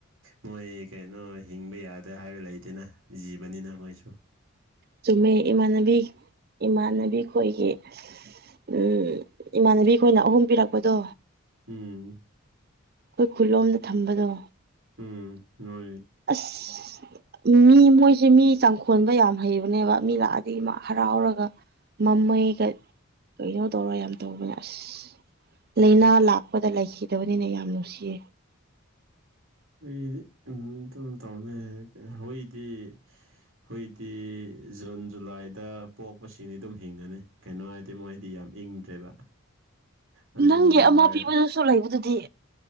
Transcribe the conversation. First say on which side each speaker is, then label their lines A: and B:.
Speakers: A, on the right; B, on the right.
A: ꯃꯣꯏ ꯀꯩꯅꯣ ꯍꯤꯡꯕ ꯌꯥꯗꯦ ꯍꯥꯏꯕ ꯂꯩꯇꯦꯅ ꯖꯤꯕꯅꯤꯅ ꯃꯣꯏꯁꯨ
B: ꯆꯨꯝꯃꯦ ꯏꯃꯥꯟꯅꯕꯤ ꯏꯃꯥꯟꯅꯕꯤ ꯈꯣꯏꯒꯤ ꯎꯝ ꯏꯃꯥꯟꯅꯕꯤꯈꯣꯏꯅ ꯑꯍꯨꯝ ꯄꯤꯔꯛꯄꯗꯣ
A: ꯎꯝ
B: ꯑꯩꯈꯣꯏ ꯈꯨꯠꯂꯣꯝꯗ ꯊꯝꯕꯗꯣ
A: ꯎꯝ ꯅ
B: ꯑꯁ ꯃꯤ ꯃꯣꯏꯁꯦ ꯃꯤ ꯆꯥꯡꯈꯣꯟꯕ ꯌꯥꯝ ꯍꯩꯕꯅꯦꯕ ꯃꯤ ꯂꯥꯛꯑꯗꯤ ꯃꯥ ꯍꯔꯥꯎꯔꯒ ꯃꯃꯩꯒ ꯀꯩꯅꯣ ꯇꯧꯔ ꯌꯥꯝ ꯇꯧꯕꯅꯦ ꯑꯁ ꯂꯥꯏꯅꯥ ꯂꯥꯛꯄꯗ ꯂꯩꯈꯤꯗꯕꯅꯤꯅ ꯌꯥꯝ ꯅꯨꯡꯁꯤꯌꯦ
A: ꯑꯩꯏꯗꯤ ꯑꯗꯨꯝ ꯇꯧꯅꯩ ꯍꯏꯗꯤ ꯍꯨꯏꯗꯤ ꯖꯨꯟ ꯖꯨꯂꯥꯏꯗ ꯄꯣꯛꯄꯁꯤꯡꯗꯤ ꯑꯗꯨꯝ ꯍꯤꯡꯉꯅꯤ ꯀꯩꯅꯣ ꯍꯥꯏꯗꯤ ꯃꯣꯏꯗꯤ ꯌꯥꯝ ꯏꯪꯗ꯭ꯔꯦꯕ ꯑꯗꯨꯗꯩ
B: ꯎ ꯅꯪꯒꯤ
A: ꯅꯣꯕꯦꯝꯕꯔ
B: ꯑꯃ ꯄꯤꯕꯗꯨꯁꯨ ꯂꯩꯕꯗꯨꯗꯤ